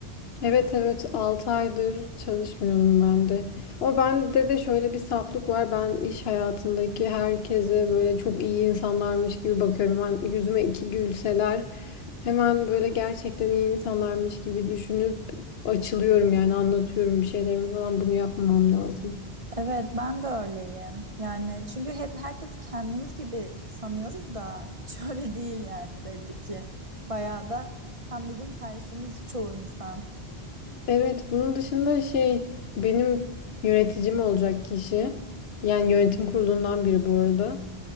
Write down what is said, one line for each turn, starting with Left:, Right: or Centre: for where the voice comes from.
Left: Evet evet 6 aydır çalışmıyorum ben de. Ama bende de şöyle bir saflık var. Ben iş hayatındaki herkese böyle çok iyi insanlarmış gibi bakıyorum. Ben yüzüme iki gülseler hemen böyle gerçekten iyi insanlarmış gibi düşünüp açılıyorum yani anlatıyorum bir şeylerimi falan bunu yapmamam lazım.
Right: Evet, ben de öyleyim. Yani çünkü hep herkes kendimiz gibi sanıyoruz da hiç <laughs> öyle değil yani belli ki. Bayağı da tam bizim tersimiz çoğu insan.
Left: Evet, bunun dışında şey benim yöneticim olacak kişi yani yönetim kurulundan biri bu arada.